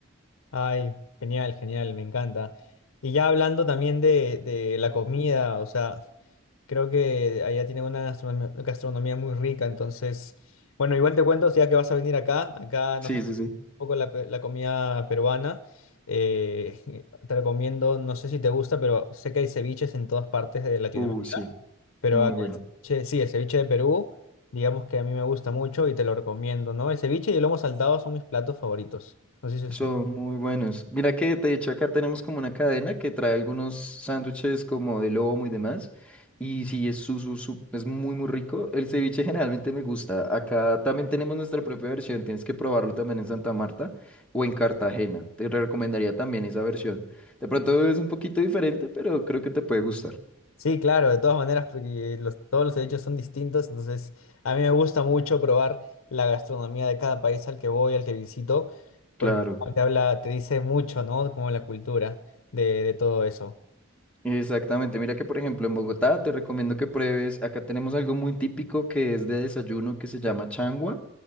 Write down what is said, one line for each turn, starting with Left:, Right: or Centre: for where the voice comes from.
Left: Ay, genial, genial, me encanta. Y ya hablando también de, de la comida, o sea. Creo que allá tienen una gastronomía, gastronomía muy rica, entonces, bueno, igual te cuento, ya que vas a venir acá, acá
Centre: Sí,
Left: no sé si
Centre: sí,
Left: un
Centre: sí.
Left: poco la, pe- la comida peruana, eh, <laughs> te recomiendo, no sé si te gusta, pero sé que hay ceviches en todas partes de Latinoamérica,
Centre: Uh, sí,
Left: pero
Centre: Muy
Left: acá
Centre: bueno.
Left: el ceviche, sí, el ceviche de Perú, digamos que a mí me gusta mucho y te lo recomiendo, ¿no? El ceviche y el lomo saltado son mis platos favoritos. No sé si se
Centre: Son
Left: escucha.
Centre: muy buenos. Mira que de hecho acá tenemos como una cadena que trae algunos sándwiches como de lomo y demás. Y sí, es, su, su- su- es muy, muy rico. El ceviche generalmente me gusta. Acá también tenemos nuestra propia versión. Tienes que probarlo también en Santa Marta o en Cartagena. Te recomendaría también esa versión. De pronto es un poquito diferente, pero creo que te puede gustar.
Left: Sí, claro, de todas maneras, porque los, todos los hechos son distintos, entonces a mí me gusta mucho probar la gastronomía de cada país al que voy, al que visito, porque
Centre: claro
Left: te habla, te dice mucho, ¿no? Como la cultura de, de todo eso.
Centre: Exactamente, mira que por ejemplo en Bogotá te recomiendo que pruebes, acá tenemos algo muy típico que es de desayuno que se llama changua